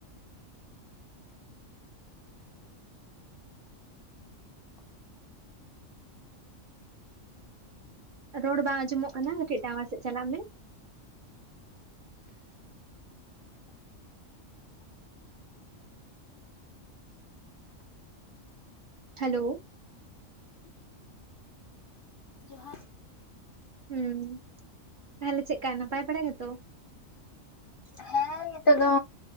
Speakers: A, on the right; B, on the left.
A: ᱨᱚᱲ ᱵᱟᱝ ᱟᱸᱡᱚᱢᱚᱜ ᱠᱟᱱᱟ ᱠᱟᱹᱴᱤᱡ ᱴᱟᱣᱟᱨ ᱥᱮᱫ ᱪᱟᱞᱟᱜ ᱢᱮ᱾ ᱦᱮᱞᱳ
B: ᱡᱚᱦᱟᱨ
A: ᱦᱮᱸ ᱛᱟᱦᱚᱞᱮ ᱪᱮᱫᱠᱟ ᱱᱟᱯᱟᱭ ᱵᱟᱲᱟ ᱜᱮᱛᱚ?
B: ᱦᱮᱸ ᱱᱤᱛᱚᱜ ᱫᱚ